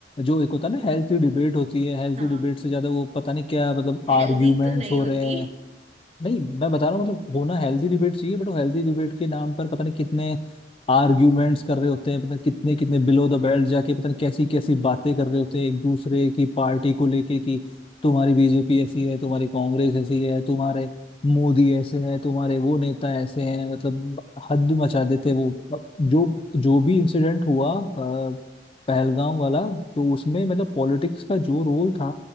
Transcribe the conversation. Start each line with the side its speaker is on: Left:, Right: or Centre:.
Left: जो एक होता है ना हेल्थी डिबेट होती है हेल्थी
Right: हाँ
Left: डिबेट से ज्यादा वो पता नहीं क्या मतलब आर्ग्यूमेंट्स
Right: हेल्दी तो नहीं
Left: हो
Right: होती
Left: रहे हैं नहीं मैं बता रहा हूँ मतलब होना हेल्दी डिबेट चाहिए बट वो हेल्दी डिबेट के नाम पर पता नहीं कितने आर्ग्यूमेंट्स कर रहे होते हैं पता नहीं कितने कितने बिलो द बेल्ट जाके पता नहीं कैसी कैसी बातें कर रहे होते हैं एक दूसरे की पार्टी को लेके कि तुम्हारी बीजेपी ऐसी है तुम्हारी कांग्रेस ऐसी है तुम्हारे मोदी ऐसे हैं तुम्हारे वो नेता ऐसे हैं मतलब हद मचा देते हैं वो अब जो जो भी इंसिडेंट हुआ अ, पहलगाम वाला तो उसमें मतलब पॉलिटिक्स का जो रोल था